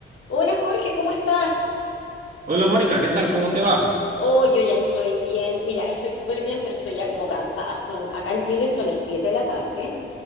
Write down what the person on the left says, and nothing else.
Hola Jorge, ¿cómo estás?
Oh, yo ya estoy bien. Mira, estoy súper bien, pero estoy ya como cansada. Son, acá en Chile son las 7 de la tarde.